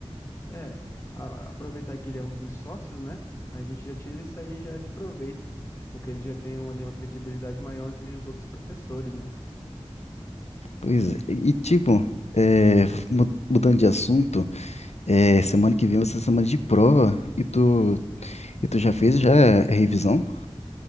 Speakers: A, on the left; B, on the left.
A: É, a- aproveitar que ele é um dos sócios, né? A gente já tira isso aí já de proveito, porque ele já tem um- ali uma credibilidade maior entre os outros professores, né?
B: Pois é, e tipo, é, mu- mudando de assunto, é, semana que vem vai ser semana de prova e tu, e tu já fez já a revisão?